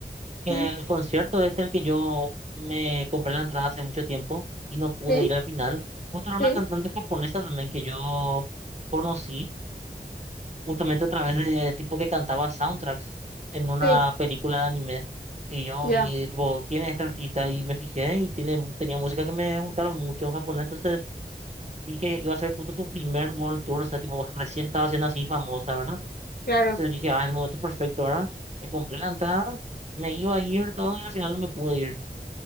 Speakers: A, on the right; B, on the left.
A: que
B: Mm,
A: el concierto este el que yo me compré la entrada hace mucho tiempo y no pude
B: Sí,
A: ir al final, justo era
B: sí,
A: una cantante japonesa también que yo conocí justamente a través de tipo que cantaba soundtracks en una
B: sí,
A: película de anime. Y yo
B: ya,
A: vi, tipo, ¿quién es este artista? Y me fijé y tiene, tenía música que me gustaron mucho en japonés. Entonces vi que iba a ser justo su primer World Tour. O sea, tipo, recién estaba siendo así famosa, ¿verdad?
B: claro.
A: Entonces dije, ah, el momento perfecto, ¿verdad? Me compré la entrada, me iba a ir todo y al final no me pude ir.